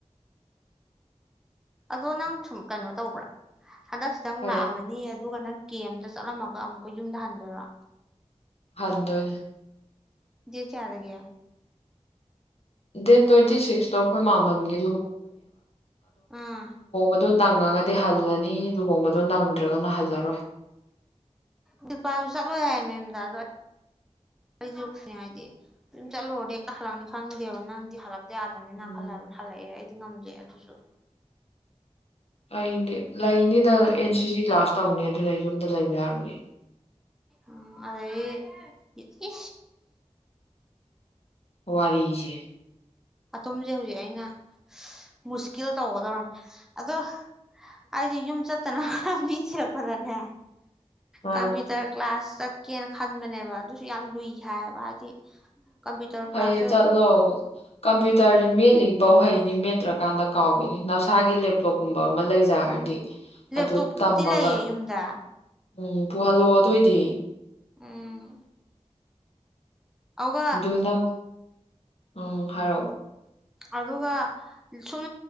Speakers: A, in the centre; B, on the left.
A: ꯑꯗꯣ ꯅꯪ ꯁꯨꯝ ꯀꯩꯅꯣ ꯇꯧꯕ꯭ꯔꯥ ꯍꯟꯗꯛꯁꯤꯗ ꯑꯃꯨꯛ
B: ꯍꯣꯏ
A: ꯂꯥꯛꯑꯝꯃꯅꯤ ꯑꯗꯨꯒ ꯅꯪ ꯀꯦ ꯑꯗ ꯆꯠꯂꯝꯃꯒ ꯑꯃꯨꯛꯀ ꯌꯨꯝꯗ ꯍꯟꯗꯣꯏꯔꯥ
B: ꯍꯗꯅꯦ
A: ꯌꯦ ꯀꯌꯥꯗꯒꯦ
B: ꯗꯦꯠ ꯇ꯭ꯋꯦꯟꯇꯤ ꯁꯤꯛꯁꯇꯣ ꯑꯩꯈꯣꯏ ꯃꯥꯃꯝꯒꯤ
A: ꯑꯥ
B: ꯑ ꯅꯪꯒꯥ ꯀꯗꯤ ꯍꯜꯋꯥ ꯅꯤ ꯂꯨꯍꯣꯡꯕꯗꯣ ꯅꯪ ꯅꯠꯇ꯭ꯔꯒꯅ ꯍꯥꯏꯖꯔꯣꯏ
A: ꯅꯨꯄꯥꯁꯨ ꯆꯠꯂꯣꯏ ꯍꯥꯏ ꯃꯦꯝꯗ ꯑꯗꯣ ꯑꯩꯁꯨ ꯍꯥꯏꯗꯤ ꯑꯗꯨꯝ ꯆꯠꯂꯨꯔꯗꯤ ꯍꯜꯂꯛꯅꯤ ꯈꯪꯗꯦꯕ ꯅꯪꯗꯤ ꯍꯜꯂꯄ ꯌꯥꯗꯕꯅꯤꯅ
B: ꯎꯝ
A: ꯈꯜꯂ ꯍꯜꯂꯛꯑꯦ ꯑꯩꯗꯤ ꯉꯝꯗ꯭ꯔꯦ ꯑꯗꯨꯁꯨ <inaudible>
B: ꯑꯩꯗꯤ ꯂꯩꯅꯤꯗ ꯑꯦꯟ ꯁꯤ ꯁꯤ ꯀ꯭ꯂꯥꯁ ꯇꯧꯅꯤ ꯑꯗꯨꯅ ꯌꯨꯝꯗ ꯂꯩꯕ ꯌꯥꯔꯝꯒ <unintelligible>
A: ꯎꯝ ꯑꯩ ꯏ
B: ꯋꯥꯔꯖꯦ
A: ꯑꯝꯁꯦ ꯍꯧꯖꯤꯛ ꯑꯩꯅ ꯃꯨꯁꯀꯤꯜ ꯇꯧꯒꯗꯧꯔꯅꯤ ꯑꯗꯣ ꯑꯩꯁꯦ ꯌꯨꯝ ꯆꯠꯇꯅ ꯂꯝꯕꯤ ꯊꯤꯔꯛꯄꯗꯅꯦ
B: ꯑ
A: ꯀꯝꯄ꯭ꯌꯨꯇꯔ ꯀ꯭ꯂꯥꯁ ꯆꯠꯀꯦꯅ ꯈꯟꯕꯅꯦꯕ ꯑꯗꯨꯁꯨ ꯌꯥꯝ ꯂꯨꯏ ꯍꯥꯏꯌꯦꯕ ꯍꯥꯏꯗꯤ ꯀꯝꯄ꯭ꯌꯨꯇꯔ
B: ꯐꯩꯌꯦ
A: ꯀ꯭ꯂꯥꯁꯁꯦ
B: ꯆꯠꯂꯣ ꯀꯝꯄ꯭ꯌꯨꯇꯔꯁ ꯃꯦꯠꯂꯤꯕꯧ ꯍꯩꯅꯤ ꯃꯦꯠꯇ꯭ꯔꯀꯥꯟꯗ ꯀꯥꯎꯈꯤꯅꯤ ꯅꯁꯥꯒꯤ ꯂꯦꯞꯇꯣꯞꯀꯨꯝꯕ ꯑꯃ ꯂꯩꯖꯔꯗꯤ
A: ꯂꯦꯞꯇꯣꯞꯇꯤ
B: ꯑꯗꯨ ꯇꯝꯃꯒ
A: ꯂꯩꯌꯦ ꯌꯨꯝꯗ
B: ꯎꯝ ꯄꯨꯍꯜꯂꯣ ꯑꯗꯨꯏꯗꯤ
A: ꯎꯝ ꯑꯗꯨꯒ
B: ꯑꯗꯨꯅ ꯎꯝ ꯍꯥꯏꯔꯛꯑꯣ
A: ꯑꯗꯨꯒ ꯁꯨꯝ